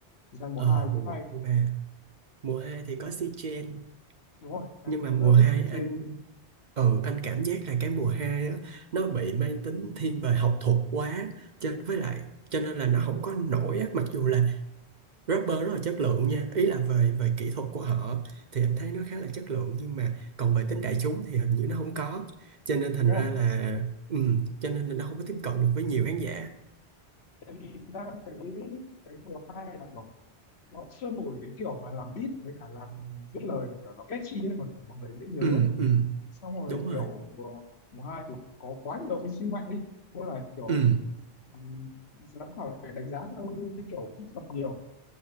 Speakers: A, on the left (about 70°); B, on the right (about 50°).
A: thực ra mùa
B: ờ,
A: 2
B: mùa
A: cũng
B: một,
A: hay
B: mùa ba, mùa hai
A: Ờ,
B: thì có si chen
A: đúng rồi em
B: nhưng mà
A: em
B: mùa
A: rất là
B: 2
A: thích si
B: anh
A: trên
B: ừ anh cảm giác là cái mùa hai á nó bị mang tính thiên về học thuật quá cho với lại cho nên là nó không có nổi á mặc dù là rapper rất là chất lượng nha ý là về về kỹ thuật của họ thì anh thấy nó khá là chất lượng nhưng mà còn về tính đại chúng thì hình như nó không có cho nên thành
A: đúng
B: ra
A: rồi
B: là ừ cho nên là nó không
A: tại
B: có
A: vì
B: tiếp cận được với nhiều khán giả
A: tại vì thực ra em thấy cái mùa 2 là kiểu nó chưa nổi cái kiểu mà làm beat với cả làm viết lời mà kiểu nó catchy ấy mà kiểu mọi người dễ nhớ
B: ừ
A: ấy.
B: ừ
A: xong rồi
B: đúng rồi
A: kiểu mùa mùa 2 thì có quá nhiều thí sinh mạnh đi tức là kiểu
B: ừ
A: Ừ, giám khảo lại phải đánh giá theo cái kiểu kỹ thuật nhiều